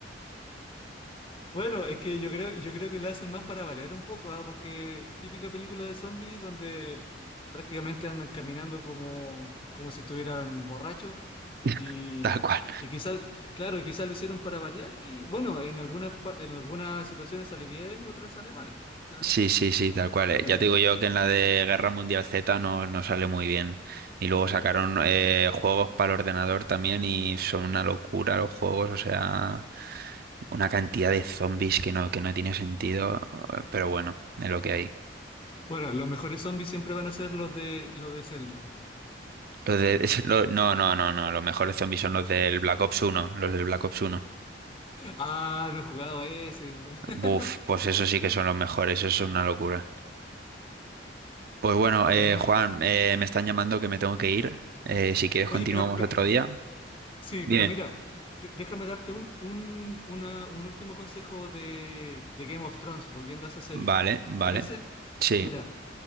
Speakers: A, on the left (about 25°); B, on the right (about 50°).
A: bueno, es que yo creo, yo creo que lo hacen más para variar un poco, ¿ah? Porque típica película de zombies donde prácticamente andan caminando como, como si estuvieran borrachos.
B: <laughs>
A: Y,
B: tal cual.
A: y quizás, claro, quizás lo hicieron para variar y bueno, en algunas, pa- en algunas situaciones sale bien, otras sale mal. O sea,
B: Sí, sí, sí, tal cual.
A: está
B: eh.
A: bien.
B: Ya te digo yo que en la de Guerra Mundial Z no, no sale muy bien. Y luego sacaron eh, juegos para el ordenador también y son una locura los juegos, o sea, una cantidad de zombies que no, que no tiene sentido, eh, pero bueno, es lo que hay.
A: Bueno, los mejores zombies siempre van a ser los de, los de Zelda.
B: Los de, es- lo- no, no, no, no, los mejores zombies son los del Black Ops uno, los del Black Ops uno.
A: Ah, no he jugado ese.
B: Buf,
A: <laughs>
B: pues eso sí que son los mejores, eso es una locura. Pues bueno,
A: Bueno.
B: eh, Juan, eh, me están llamando que me tengo que ir. Eh, si quieres continuamos
A: Oye, pero, pe-
B: otro día.
A: sí,
B: Bien.
A: pero mira, de- déjame darte un, un- una- un último consejo de, de Game of Thrones, volviendo a esa serie.
B: Vale, vale.
A: ¿Te parece?
B: Sí.
A: Mira,